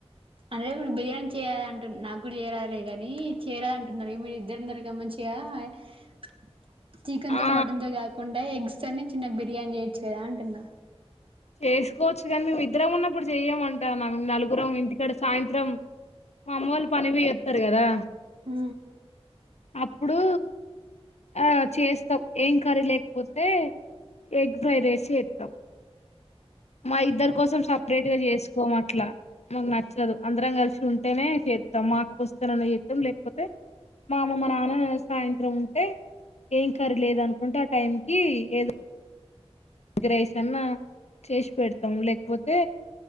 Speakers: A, on the right; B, on the left.
A: అంటే బిర్యానీ చేయాల అంటు నాకు కూడా చేయరాలేగాని చేయాల అంటున్నారుే మీరు ఇద్దరు ఉన్నారుర మచిగా <unintelligible> చికెన్తో
B: ఆ
A: మటన్తో కాకుండా ఎగ్స్ తోనే చిన్న బిర్యానీ చేయొచ్చు గదా అంటున్నా
B: చేసుకోవచ్చు కానీ మేము ఇద్దరం ఉన్నప్పుడు చెయమంటానా మేము నలుగురం ఇంటికాడ సాయంత్రం మా అమ్మ వాళ్ళు పని పోయేత్తరు గదా
A: హ
B: అప్పుడు ఆ చేస్తాం ఏం కర్రీ లేకపోతే ఎగ్ ఫ్రై రేసి జేస్తాం మా ఇద్దరి కోసం సపరేట్ గా చేసుకోం అట్లా మాకు నచ్చదు అందరం కలిసి ఉంటేనే చేత్తం మాక్కోస్తానని చేత్తం లేకపోతే మా అమ్మ మా నాన్న సాయంత్రం ఉంటే ఏం కరిలేదు అనుకుంటే ఆ టైం కి ఏదో గ్ రైస్ అన్నా చేసి పెడతాం లేకపోతే